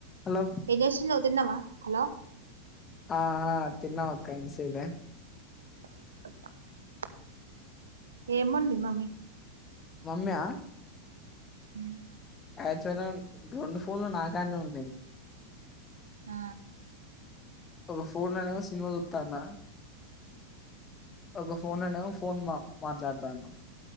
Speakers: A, on the left; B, on the right.
A: హలో
B: ఏమ్ చేస్తున్నావు తిన్నావ హలో
A: ఆ ఆ తిన్నమ్ అక్క ఇనిపిల
B: అ ఏమంది మమ్మీ
A: నన్న
B: హ్మ్
A: యాచవల్ గన్ రెండు ఫోన్లు నాకానే ఉన్నాయి.
B: ఆ
A: ఒక ఫోన్ లోనో సినిమా సుత్తన్నా ఒక ఫోన్ లోనో ఫోన్ మా మాట్లాడతాన్న